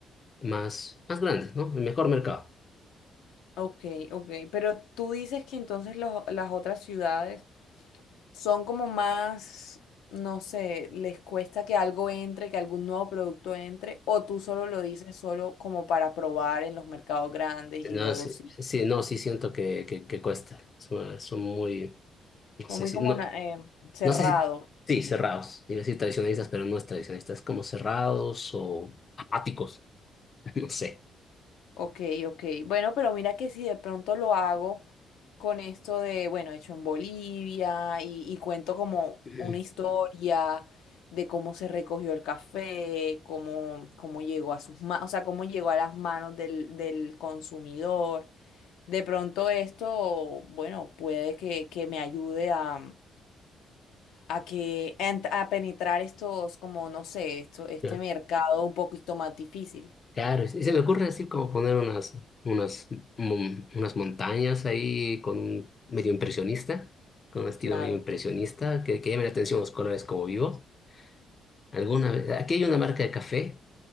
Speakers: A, on the left; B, on the left.
A: más, más grande, ¿no? El mejor mercado.
B: Ok, ok. Pero tú dices que entonces los- las otras ciudades son como más, no sé, les cuesta que algo entre, que algún nuevo producto entre, o tú solo lo dices solo como para probar en los mercados grandes y
A: No,
B: luego
A: sí,
B: sí.
A: sí, no, sí siento que, que, que cuesta. Son, son muy, no
B: Son
A: sé
B: muy
A: si,
B: como
A: no,
B: na- em, cerrados.
A: no sé si, sí, cerrados. Iba a decir tradicionalistas, pero no es tradicionalistas, es como cerrados o apáticos, <laughs> no sé.
B: Ok, ok. Bueno, pero mira que si de pronto lo hago con esto de, bueno, hecho en Bolivia y, y cuento como
A: Mm.
B: una historia de cómo se recogió el café, cómo, cómo llegó a sus manos, o sea, cómo llegó a las manos del, del consumidor. De pronto esto, bueno, puede que, que me ayude a, a que a ent- a penetrar estos, como no sé, esto, este
A: Ya,
B: mercado un poquito más difícil.
A: Claro, y se me ocurre así como poner unas, unas, mon- unas montañas ahí con un medio impresionista, con un estilo
B: Claro,
A: medio impresionista, que, que llame la atención los colores como vivos. Alguna vez, aquí hay una marca de café